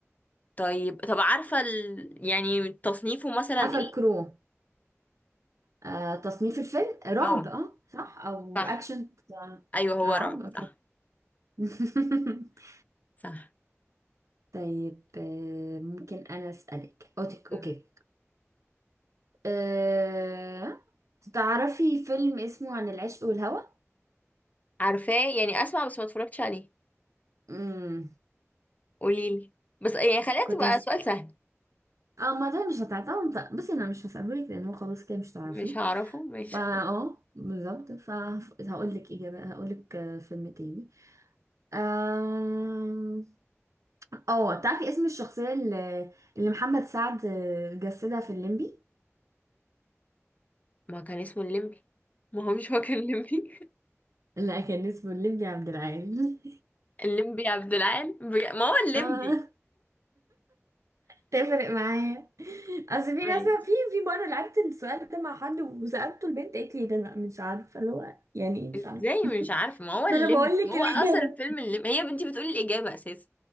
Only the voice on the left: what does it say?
طيب طب عارفة ال... يعني تصنيفه مثلا
ايه
اه
صح
ايوه هو
رعب
صح
صح
مم.
عارفاه يعني اسمع بس ما اتفرجتش عليه
قوليلي بس يعني خليها
تبقى
سؤال سهل
مش هعرفه مش
ما كان اسمه الليمبي ما هو مش هو كان الليمبي <laughs>
الليمبي عبد العال بج... ما هو الليمبي
ماشي
ازاي
مش عارفه ما هو الليمبي
هو
اصلا فيلم الليمبي هي بنتي بتقولي الاجابه اساسا